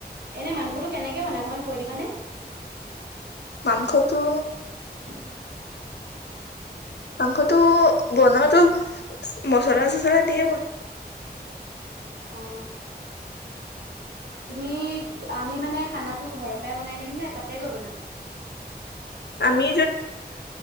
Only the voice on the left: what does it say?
মাংসটো
মাংসটো বনাওতটো মছলাটো ধৰা দিয়ে বল।
আমি